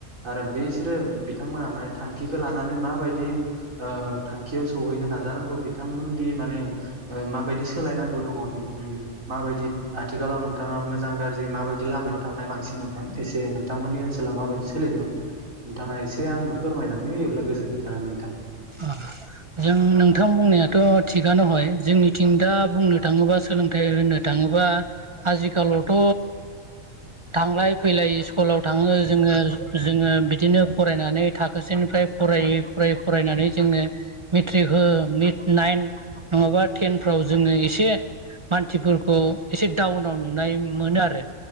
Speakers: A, on the right; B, on the right.
A: आरो बेसोरो बिथांमोना माने थांखिखौ लानानै माबायदि ओ थांखियाव सौहैनो नाजानांगौ बिथांमोननि मा ने ओ माबायदि सोलायनांगौ दङ बि उम माबादि आथिखालाव नोंथाङा मोजां गारजि माबायदि लामायाव थांनाय बांसिन नुदों एसे नोंथांमोननि ओनसोला माबायदि सोलिदों? नोंथाङा एसे आंनो फोरमायनानै होयोब्ला गोजोननाय थागोन नोंथां।
B: अ। जों नोंथां बुंनायाथ' थिगानो हय जोंनिथिं दा बुंनो थाङोबा सोलोंथाइ होननो थां थाङोबा आजिखालावथ' थांलाय फैलाय स्कुलाव थाङो जोङो जोङो बिदिनो फरायनानै थाखोसिनिफ्राय फाय फरायै फरायै फरायनानै जोंनो मेट्रिक हो निथ नाइन नङाबा टेनफ्राव जोङो एसे मानसिफोरखौ एसे डाउनाव नुनाय मोनो आरो।